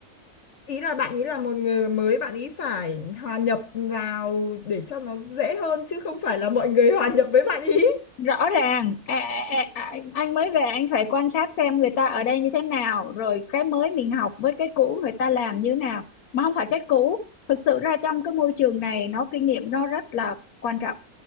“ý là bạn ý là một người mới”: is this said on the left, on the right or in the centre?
Left